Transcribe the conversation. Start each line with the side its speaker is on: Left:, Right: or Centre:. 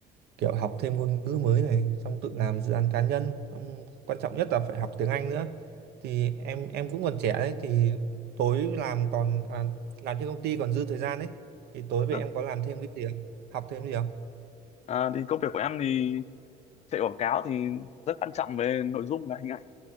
Right: kiểu học thêm ngôn ngữ mới này xong tự làm dự án cá nhân xong quan trọng nhất là phải học tiếng Anh nữa thì em em cũng còn trẻ đấy thì tối làm còn à, làm trên công ty còn dư thời gian đấy thì tối về
Left: À.
Right: em có làm thêm cái gì không học thêm gì không
Left: À, thì công việc của em thì chạy quảng cáo thì rất quan trọng về nội dung và hình ảnh.